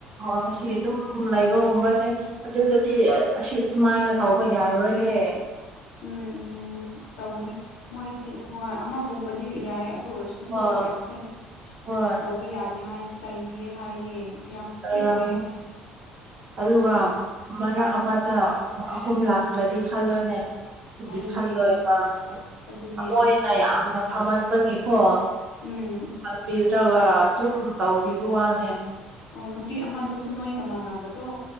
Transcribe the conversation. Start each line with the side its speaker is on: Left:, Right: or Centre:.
Right: ꯉꯁꯤ ꯑꯗꯨꯝ ꯂꯩꯕꯒꯨꯝꯕꯁꯦ ꯑꯗꯨꯗꯗꯤ ꯑꯁꯤ ꯑꯗꯨꯃꯥꯏꯅ ꯀꯧꯕꯧꯕ ꯌꯥꯔꯣꯏꯦ
Left: ꯎꯝ ꯎꯝ ꯇꯧꯅꯤ ꯃꯣꯏꯗꯤ ꯍꯣꯏ ꯑꯃꯒꯨꯝꯕꯗꯤ ꯌꯥꯏ ꯑꯗꯨ ꯑꯣꯏꯔꯁꯨ ꯁꯨ
Right: ꯍꯣꯏ
Left: ꯀꯣ ꯑꯦꯞꯁꯦꯟ
Right: ꯍꯣꯏ
Left: ꯇꯧꯕ ꯌꯥꯗꯦ ꯍꯥꯏ ꯆꯩꯌꯦ ꯍꯥꯏꯌꯦꯦ ꯌꯥꯝꯁꯇ
Right: ꯑꯣꯏꯔꯝꯅꯤ
Left: ꯑꯣꯏ
Right: ꯑꯗꯨꯒ ꯃꯔꯛ ꯑꯃꯇ ꯑꯍꯨꯝ ꯂꯥꯛꯇ꯭ꯔꯗꯤ ꯈꯜꯂꯣꯅꯦ ꯍꯥꯏꯗꯤ
Left: ꯑꯗꯨꯅꯦ
Right: ꯈꯟꯗꯣꯏꯕꯣꯏ
Left: ꯑꯗꯨꯅꯦ
Right: ꯅ ꯌꯥꯝꯅ ꯐꯝꯍꯟꯕꯒꯤꯀꯣ
Left: ꯎꯝ
Right: ꯕꯤꯗ꯭ꯔꯒ ꯑꯗꯨꯝ ꯇꯧꯕꯤꯕ ꯋꯥꯅꯦ
Left: ꯑꯣ ꯅꯨꯄꯤ ꯑꯃꯗꯨꯁꯨ ꯅꯣꯏꯒ ꯃꯥꯟꯅꯕꯗꯣ